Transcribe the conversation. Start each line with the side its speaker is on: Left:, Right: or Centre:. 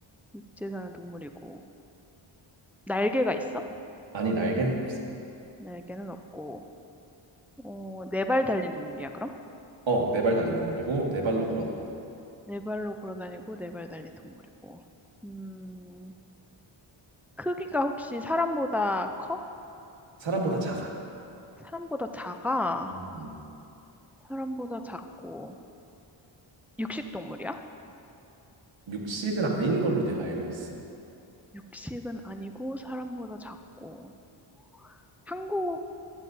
Centre: 육지에 사는 동물이고, 날개가 있어?
Right: 아니, 날개는 없어.
Centre: 날개는 없고, 어, 네 발 달린 동물이야, 그럼?
Right: 어, 네 발 달린 동물이고, 네 발로 걸어 다녀.
Centre: 네 발로 걸어 다니고, 네발 달린 동물이고. 음, 크기가 혹시 사람보다 커?
Right: 사람보다 작아.
Centre: 사람보다 작아?
Right: 음. 음.
Centre: 사람보다 작고. 육식 동물이야?
Right: 육식은 아닌 걸로 내가 알고 있어.
Centre: 육식은 아니고 사람보다 작고. 한국